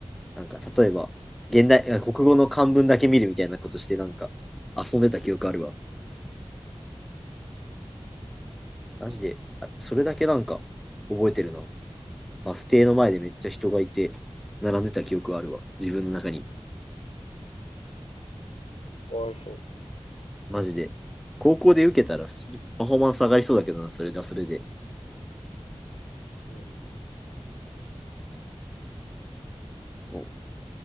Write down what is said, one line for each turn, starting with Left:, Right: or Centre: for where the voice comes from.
Centre: なんか、例えば、現代、あ国語の漢文だけ見るみたいなことして、なんか、遊んでた記憶あるわ。マジで、あれそれだけなんか、覚えてるな。バス停の前でめっちゃ人がいて、並んでた記憶はあるわ。自分の中に。
Left: かわいそう
Centre: マジで。高校で受けたら、普通にパフォーマンス上がりそうだけどな、それだ、それで。
Left: に。うん。
Centre: も